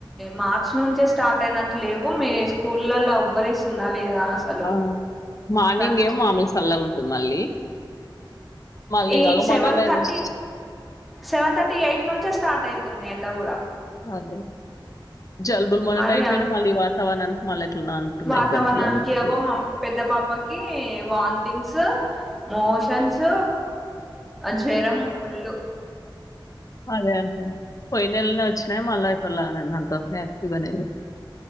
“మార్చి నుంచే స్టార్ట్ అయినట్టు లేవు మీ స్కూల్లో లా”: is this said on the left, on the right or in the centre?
Centre